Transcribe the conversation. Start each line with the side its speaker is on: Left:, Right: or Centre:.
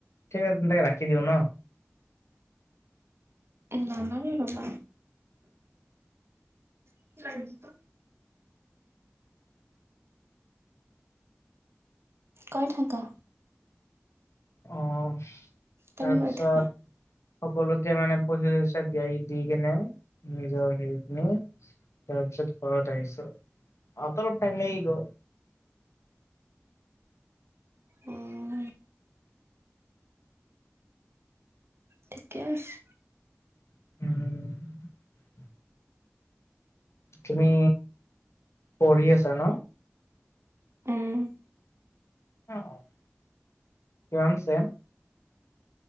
Left: ঠিক আছে তে, ৰাখি দিওঁ ন।
Right: নালাগে ৰ'বা। ৰ'বা। কয়, থাকা।
Left: আহ',
Right: তুমি
Left: তাৰপিছত
Right: কৈ থাকা।
Left: সকলোকে মানে পইচা-চইচা দিয়াই দি কেনে নিজৰ হেৰিখিনি তাৰপিছত তাৰ পিছত ঘৰত আহিছো, আহোত অলপ টাইম লাগি গ'ল।
Right: উম ঠিকে আছে
Left: উম', তুমি পঢ়ি আছা ন।
Right: উম
Left: অ', কিমান চেম।